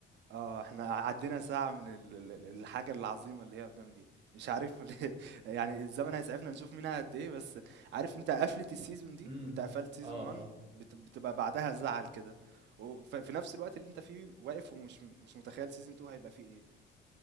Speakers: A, on the right (about 60°); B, on the right (about 30°).
A: آه، إحنا عدّينا ساعة من ال ال ال الحاجة العظيمة اللي هي قدّامي دي، مش عارف <laughs> ليه يعني الزمن هيسعفنا نشوف منها قد إيه، بس عارف أنت قفلة السيزون دي،
B: امم
A: أنت قفلت سيزون
B: اه
A: 1
B: اه
A: بت بتبقى بعدها زعل كده، وف في نفس الوقت اللي أنت فيه واقف ومش مش متخيّل سيزون 2 هيبقى فيه إيه،